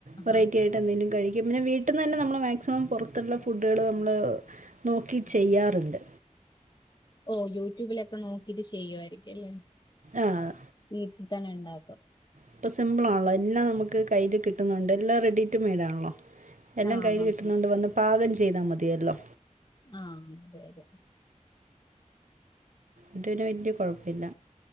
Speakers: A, on the right; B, on the left.
A: വെറൈറ്റി
B: ആഹ്
A: ആയിട്ട് എന്തെങ്കിലും കഴിക്കും. പിന്നെ വീട്ടിൽ നിന്ന് തന്നെ നമ്മള് മാക്സിമം പുറത്തുള്ള ഫുഡുകള് നമ്മള് നോക്കി ചെയ്യാറുണ്ട്
B: ഓഹ് യൂട്യൂബിലൊക്കെ നോക്കിട്ട് ചെയ്യുയിരിക്കും അല്ലേ
A: ആഹ്
B: വീട്ടിൽ തന്നെ ഉണ്ടാക്കും
A: ഇപ്പൊ സിമ്പിൾ ആണല്ലോ എല്ലാം നമുക്ക് കയ്യിൽ കിട്ടുന്നുണ്ട് എല്ലാം റെഡി ടു മെയഡ് ആണല്ലോ എല്ലാം
B: ആഹ്
A: കയ്യിൽ
B: ആഹ്
A: കിട്ടുന്നുണ്ട് വന്ന് പാകം ചെയ്താൽ മതിയല്ലോ
B: ആഹ് അതെ അതെ
A: അത്ന് വലിയ കുഴപ്പില്ല